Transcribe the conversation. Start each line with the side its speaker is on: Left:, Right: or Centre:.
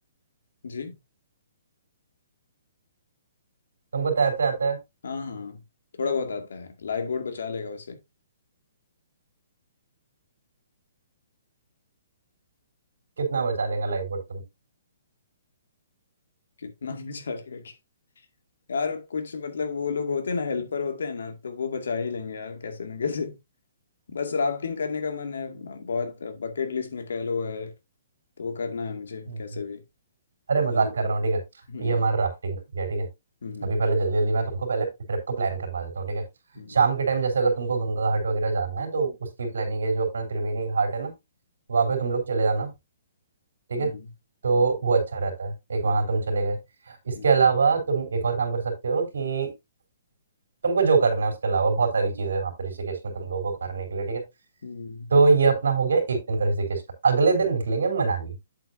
Left: जी
Right: तुमको तैरते आता है
Left: हाँ हाँ थोड़ा बहुत आता है लाइफ बोर्ड बचा लेगा वैसे
Right: कितना बचा लेगा लाइफ बोट
Left: कितना <laughs> बचा लेगा कि यार कुछ मतलब वो लोग होते हैं ना हेल्पर होते हैं ना तो वो बचा ही लेंगे यार कैसे ना कैसे बस राफ्टिंग करने का मन है बहुत बकेट लिस्ट में कह लो है तो वो करना है मुझे
Right: तुम
Left: कैसे भी
Right: <laughs> अरे
Left: अभी
Right: मजाक कर रहा हूँ ठीक है
Left: हम्म
Right: ये हमारा राफ्टिंग है ठीक है
Left: हम्म
Right: अभी पहले जल्दी जल्दी मैं तुमको पहले ट्रिप को प्लान करवा देता हूँ ठीक है
Left: हम्म,
Right: शाम के टाइम जैसे अगर तुमको गंगा घाट वगैरह जाना है तो उसकी प्लानिंग है जो अपना त्रिवेणी घाट है ना वहाँ पे तुम लोग चले जाना ठीक
Left: हम्म,
Right: है
Left: हम्म,
Right: तो वो अच्छा रहता है एक वहाँ
Left: हम्म,
Right: तुम चले गए इसके
Left: हम्म।
Right: अलावा तुम एक और काम कर सकते हो कि तुमको जो करना है उसके अलावा बहुत सारी चीजें हैं वहाँ पे ऋषिकेश में तुम लोगों को करने के लिए ठीक है
Left: हम्म,
Right: तो ये अपना हो गया एक दिन का ऋषिकेश का अगले दिन निकलेंगे मनाली